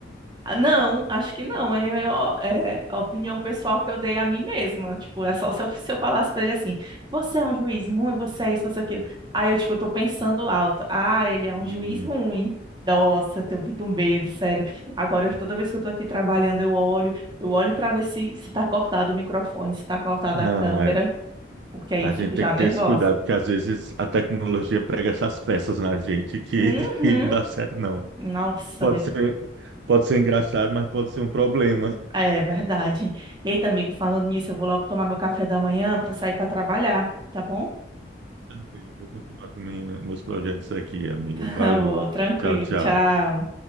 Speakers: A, on the right; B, on the right.
A: Ah, Não, acho que não. É, é ó, é a opinião pessoal que eu dei a mim mesma. Tipo, é só se eu, se eu falasse pra ele assim: você é um juiz ruim, você é isso, você é aquilo. Aí eu, tipo, tô pensando
B: Ah,
A: alto: ah, ele é um
B: Hum,
A: juiz ruim. Nossa, eu tenho muito medo, sério. Agora, toda vez que eu tô aqui trabalhando, eu olho, eu olho pra ver se, se tá cortado o microfone, se tá cortada
B: não,
A: a câmera,
B: é.
A: porque aí
B: A
A: eu
B: gente
A: fico já
B: tem que ter
A: nervosa.
B: esse cuidado, porque às vezes a tecnologia prega essas peças na gente que
A: Uhum.
B: <laughs> que não dá certo, não.
A: Nossa,
B: Pode ser, pode ser engraçado, mas pode ser um problema.
A: É verdade. Eita, amigo, falando nisso, eu vou logo tomar meu café da manhã para sair para trabalhar, tá bom?
B: Tá bem, eu vou continuar com minha- meus projetos aqui, amigo.
A: <laughs>
B: Valeu.
A: Vou, tranquilo,
B: Tchau, tchau.
A: tchau.